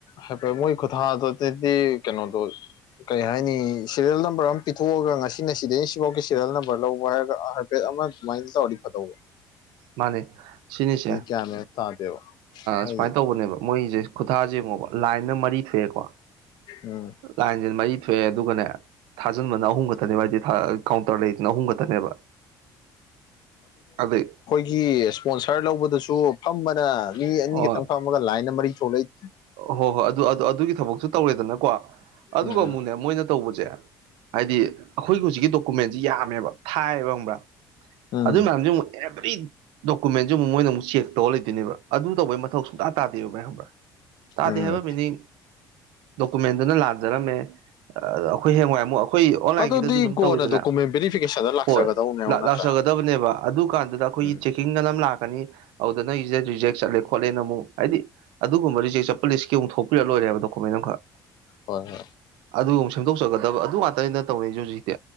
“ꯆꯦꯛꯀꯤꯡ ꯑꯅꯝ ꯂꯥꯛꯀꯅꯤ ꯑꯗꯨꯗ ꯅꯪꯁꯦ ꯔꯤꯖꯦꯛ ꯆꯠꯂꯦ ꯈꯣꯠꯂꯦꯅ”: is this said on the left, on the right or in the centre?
Right